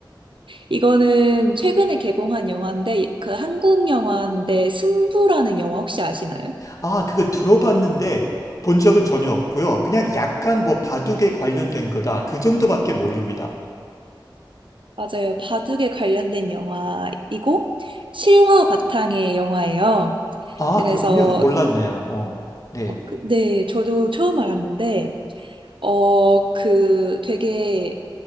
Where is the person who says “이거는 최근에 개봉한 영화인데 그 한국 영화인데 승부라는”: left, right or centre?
Right